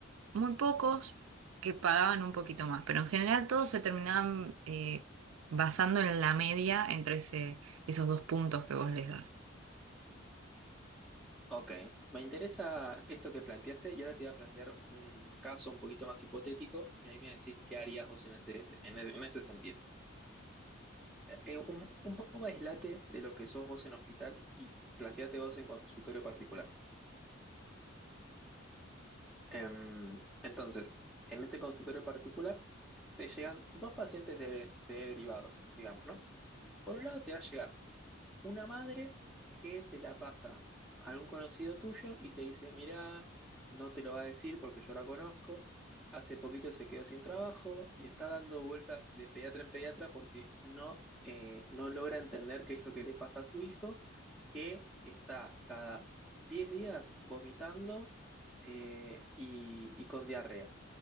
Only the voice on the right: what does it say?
muy pocos que pagaban un poquito más, pero en general todos se terminaban eh, basando en la media entre ese- esos dos puntos que vos les das.